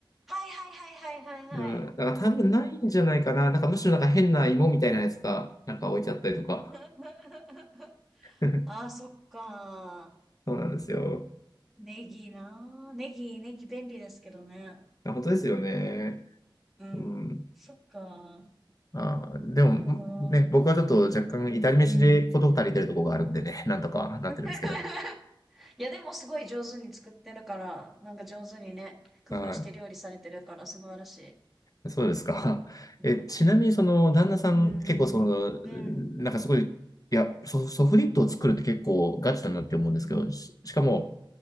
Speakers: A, in the centre; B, on the left (about 45°).
A: はいはいはいはいはいはい。
B: うん。だから多分ないんじゃないかな。なんかむしろなんか変な芋みたいなやつがなんか置いちゃったりとか。
A: <laughs>
B: <laughs>
A: ああ、そっか。
B: そうなんですよ。
A: ネギな。ネギ、ネギ便利ですけどね。
B: あ本当ですよね。
A: うん。
B: うん。
A: そっか。
B: あー、でもね、
A: なるほど。
B: 僕はちょっと若干至り飯で事足りてるところがあるんでね、
A: うん。
B: <laughs> なんとかなってるんですけど。
A: <laughs> いや、でもすごい上手に作ってるから、なんか上手にね、工夫して料理されてるから、
B: は
A: 素晴らしい。
B: い。そうですか。<laughs>
A: うん。
B: え、ちなみにその旦那さん結構その、
A: うん。うん。
B: なんかすごい、いや、ソ、ソフリットを作るって結構ガチだなって思うんですけど、
A: うんうん。うん
B: し、しかも、